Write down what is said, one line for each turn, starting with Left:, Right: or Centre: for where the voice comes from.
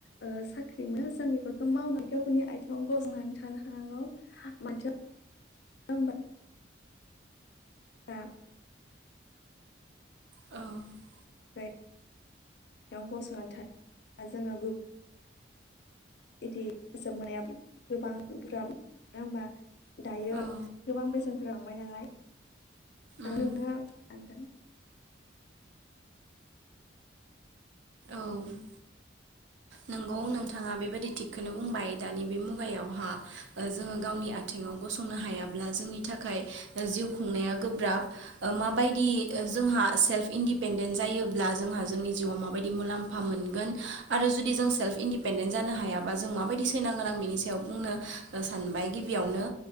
Left: ओ साख्रिमोन जों बेफोरखौ मावनानै गावनि आथिङाव गसंनानै थानो हानांगौ <inaudible> हा
Right: औ
Left: <inaudible> गसंनानै थानो जोङो गुबुन बिदि फोसाब नाया गोबां गोब्राब मानो होमबा दायो
Right: औ
Left: गोबां बेसेनफोरा बांबाय नालाय
Right: उम
Left: <inaudible>
Right: औ नोंगौ नोंथाङा बेबायदि थिगखौनो बुंबाय दानि बे मुगायावहा जोङो गावनि आथिं ङाव गसंनो हायाब्ला जोंनि थाखाय जिउ खुंनाया गोब्राब ओ माबायदि ओ ज जोंहा सेल्प इन्दिपेन्देन्ट जायोब्ला जोंहा जोंनि जिउवाव माबादि मुलामफा मोन आरो जो जुदि जों सेल्फ इन्डिपेडेन्ट जानो हायाबा जों माबायदि सैनांगोन आं बिनि सायाव बुंनो सानबाय गिबियावनो